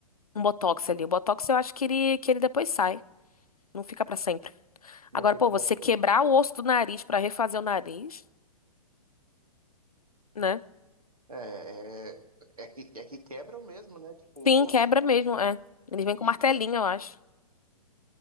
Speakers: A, on the left (about 80°); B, on the right (about 75°).
A: um botox ali. O botox eu acho que ele, que ele depois sai, não fica pra sempre.
B: Não
A: Agora,
B: fica
A: pô,
B: para
A: você quebrar
B: pensar.
A: o osso do nariz pra refazer o nariz, né?
B: É, é, é que, é que quebram mesmo, né? Tipo, osso
A: Sim, quebra
B: e
A: mesmo, é. Eles vêm
B: pica.
A: com martelinho, eu acho.